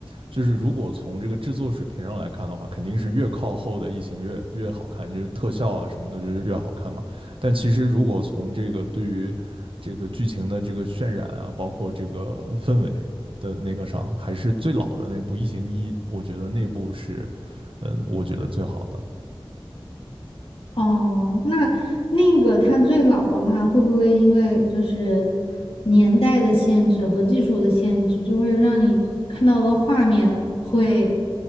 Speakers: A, on the right; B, on the left.
A: 就是如果从这个制作水平上来看的话，肯定是越靠后的《异形越》越好看，就是特效啊什么的，就是越好看嘛。但其实如果从这个对于这个剧情的这个渲染啊，包括这个氛围的那个上，还是最老的那部《异形一》，我觉得那部是，嗯，我觉得最好的。
B: 哦，那那个它最老的话，会不会因为就是年代的限制和技术的限制，就会让你看到的画面会